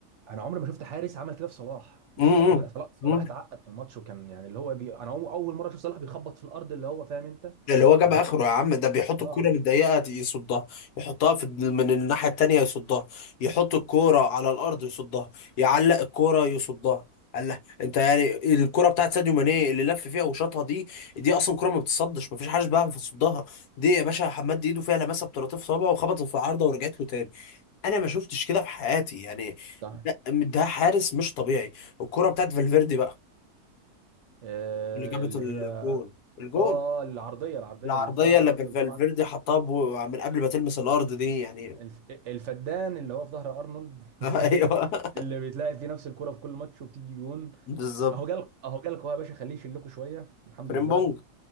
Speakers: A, on the right; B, on the left.
A: انا عمري ما شفت حارس عمل كده في صلاح
B: مم.
A: انت متخيل صلاح صلاح
B: مم.
A: اتعقد من الماتش وكان يعني اللي هو بي... انا أو- اول مره اشوف صلاح بيخبط في الارض اللي هو فاهم انت
B: اللي هو جاب
A: اللي
B: اخره
A: هو
B: يا عم ده بيحط
A: اه
B: الكوره من الضيقه يصدها يحطها في من الناحيه التانيه يصدها يحط الكوره على الارض يصدها يعلق الكوره يصدها قال لا انت يعني الكوره بتاعت ساديو ماني اللي لف فيها وشاطها دي دي اصلا كوره ما بتصدش ما فيش حاجه بيعرف يصدها دي يا باشا حماد ايده فيها لمسه بطراطيف صوابعه وخبطت في العارضه ورجعت له تاني انا ما شفتش كده في حياتي يعني
A: صح
B: ده, ده حارس مش طبيعي الكوره بتاعت فالفيردي بقى
A: آه
B: اللي جابت
A: اللي
B: الجون
A: هي
B: الجون
A: اه العرضيه العرضيه
B: العرضية
A: اللي في ظهر
B: اللي
A: ارنولد
B: بال- فالفيردي
A: طبعا
B: حطها بو- من قبل ما تلمس الأرض دي يعني
A: الف... الفدان اللي هو في ظهر ارنولد
B: <laughs> أيوه
A: <laughs> اللي بيتلاعب فيه نفس الكره في كل ماتش وبتيجي جون
B: بالظبط
A: اهو جالكوا اهو جالكوا يا باشا خليه يشيلكوا شويه الحمد
B: فريمبونج
A: لله